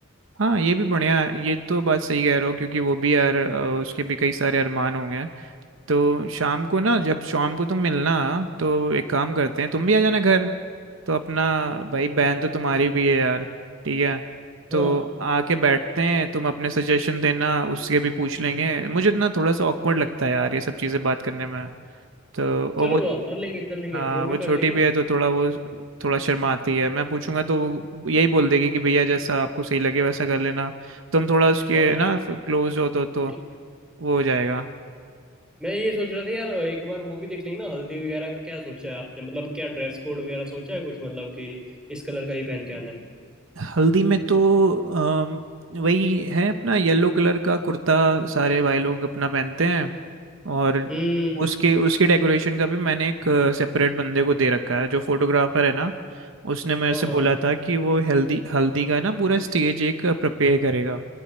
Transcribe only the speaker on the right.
हाँ ये भी बढ़िया है ये तो बात सही कह रहे हो क्योंकि वो भी यार अ, उसके भी कई सारे अरमान होंगे तो शाम को ना जब शाम को तुम मिलना तो एक काम करते हैं तुम भी आ जाना घर तो अपना भाई बहन तो तुम्हारी भी है यार ठीक है तो
आके बैठते हैं तुम अपने सजेशन देना उससे भी पूछ लेंगे मुझे ना थोड़ा सा ऑकवर्ड लगता है यार ये सब चीज़ें बात करने में तो और
वो
हाँ
वो छोटी
भी है तो थोड़ा वो थोड़ा शर्माती है मैं पूछूंगा तो वो यही बोल देगी कि भैया जैसा आपको सही लगे वैसा कर लेना तुम थोड़ा उसके
ना क्लोज हो तो तो
वो हो जाएगा
हल्दी में तो अम, वही है अपना येलो कलर का कुर्ता सारे भाई लोग अपना पहनते हैं और
उसके उसके डेकोरेशन का भी मैंने एक सेपरेट बंदे को दे रखा है जो फोटोग्राफर है ना उसने मेरे
से बोला
था कि वो हल्दी हल्दी का ना पूरा स्टेज एक प्रिपेयर करेगा